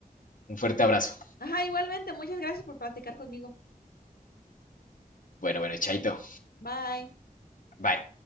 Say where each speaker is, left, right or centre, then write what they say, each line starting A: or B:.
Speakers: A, on the left; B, on the left.
A: un fuerte abrazo.
B: Ajá, igualmente, muchas gracias por platicar conmigo.
A: Bueno, bueno, chaito.
B: Bye.
A: Bye.